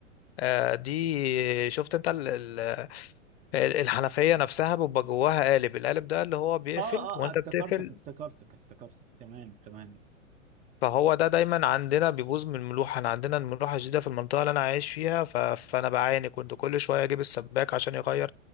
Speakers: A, on the left; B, on the right.
A: آه، دي شفت انت ال- ال- الحنفية نفسها بيبقى جواها قالب القالب ده اللي هو بيقفل
B: اه اه
A: وانت
B: آه، افتكرتك
A: بتقفل
B: افتكرتك افتكرتك تمام تمام
A: فهو ده دايما عندنا بيبوظ من الملوحة انا عندنا الملوحة شديدة في المنطقة اللي انا عايش فيها ف... فانا بعاني كنت كل شوية اجيب السباك عشان يغير